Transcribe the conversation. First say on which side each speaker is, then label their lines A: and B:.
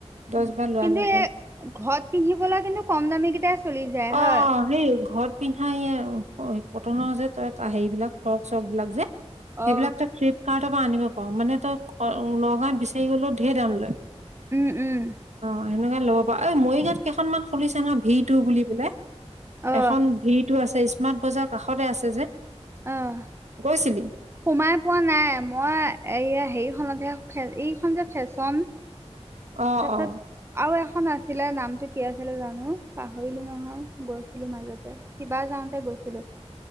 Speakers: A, on the right; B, on the right.
A: দহ
B: উম,
A: বাৰ লোৱা
B: কিন্তু
A: নাযায়
B: এ ঘৰত পিন্ধিবলৈ কিন্তু কম দামী কেইটাই চলি যায়
A: অ'
B: হয়
A: সেই ঘৰত পিন্ধা এই কটনৰ যে তই হেৰি বিলাক ফ্ৰক চৰক বিলাক যে সেইবিলাক
B: অ
A: তই ফ্লিপকাৰ্টৰ পৰা আনিব পাৰো মানে তই নগাঁও বিচাৰি গ'লেও ঢেৰ দাম লয়।
B: উম, উম।
A: অ', সেনেকা লব পা এই মৰি গাঁৱত কেইখনমান খুলিছে ন ভিতু বুলি পেলাই।
B: অ
A: এখন ভি টো আছে স্মাৰ্ট বজাৰৰ কাষতে আছে যে
B: অ
A: গৈছিলি?
B: সোমাই পোৱা নাই মই এই হেৰিখনতহে এইখন যে ফেশ্বন
A: অ
B: তাৰপিছত
A: অ
B: আৰু এখন আছিলে নামতটো কি আছিলে জানো পাহৰিলো নহয় গৈছিলো মাজতে সিবাৰ যাওঁতে গৈ ছিলোঁ